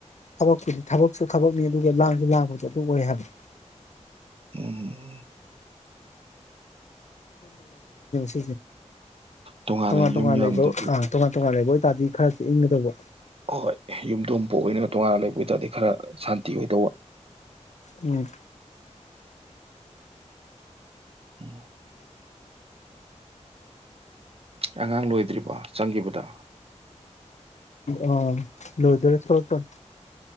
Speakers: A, on the left; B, on the right.
A: ꯊꯕꯛꯨꯗꯤ ꯊꯕꯛꯁꯨ ꯊꯕꯛꯅꯤ ꯑꯗꯨꯒ ꯂꯥꯡꯁꯨ ꯂꯥꯡꯕꯁꯨ ꯑꯗꯨꯝ ꯑꯣꯏ ꯍꯥꯏꯕꯅꯤ
B: ꯎꯝ
A: ꯎ
B: ꯇꯣꯉꯥꯟꯅ
A: ꯇꯨꯡꯉꯥꯟ ꯇꯣꯉꯥ
B: ꯌꯨꯝ ꯌꯥꯝꯗꯕꯤ
A: ꯂꯩꯕꯣ ꯑ ꯇꯨꯡꯉ ꯇꯣꯉꯥ ꯂꯩꯕ ꯆꯥꯗꯤ ꯈꯔꯁꯨ ꯏꯪꯒꯗꯧꯕ
B: ꯍꯣꯏ ꯌꯨꯝꯊꯣꯡ ꯄꯣꯛ ꯑꯣꯏꯅꯅꯤ ꯇꯣꯉꯥꯟꯅ ꯂꯩꯕ ꯑꯣꯏ ꯇꯔꯗꯤ ꯈꯔ ꯁꯥꯟꯇꯤ ꯑꯣꯏꯗꯧꯕ
A: ꯎ
B: ꯍꯜꯂꯣ ꯑꯉꯥꯡ ꯂꯣꯏꯗ꯭ꯔꯤꯕ ꯆꯪꯈꯤꯕꯗ
A: ꯑ ꯂꯣꯏꯗꯔ ꯁꯄ